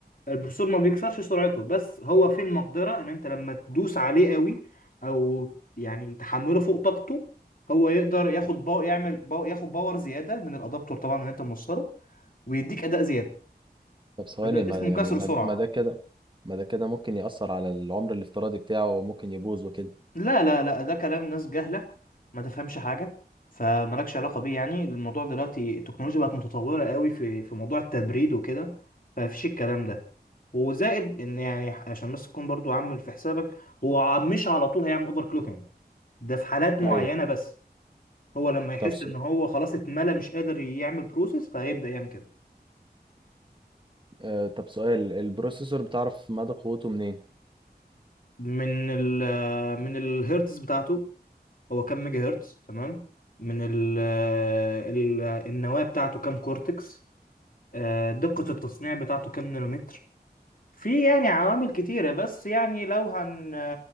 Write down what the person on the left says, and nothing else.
البروسيسور ما بيكسرش سرعته بس هو في المقدرة ان انت لما تدوس عليه قوي او يعني تحمله فوق طاقته هو يقدر ياخد باو يعمل باو ياخد باور زيادة من الادابتور طبعا اللي انت موصله ويديك اداء زيادة
اداء
اسمه
كسر
سرعة
لا لا لا ده كلام ناس جهلة ما تفهمش حاجة فمالكش علاقة بيه يعني الموضوع دلوقتي التكنولوجيا بقت متطورة قوي في في موضوع التبريد وكده فمفيش الكلام ده وزائد ان يعني عشان بس تكون برضو عامل في حسابك هو ع- مش على طول هيعمل اوفر كلوكينج ده في حالات معينة
بس هو لما يحس
ان هو خلاص اتملى مش قادر يعمل بروسيس فهيبدأ يعمل كده
من ال من الهيرتز بتاعته هو كام ميجا هرتز تمام من ال ال النواة بتاعته كام كورتكس آه، دقة التصنيع بتاعته كام نانومتر في يعني عوامل كتيرة بس يعني لو هن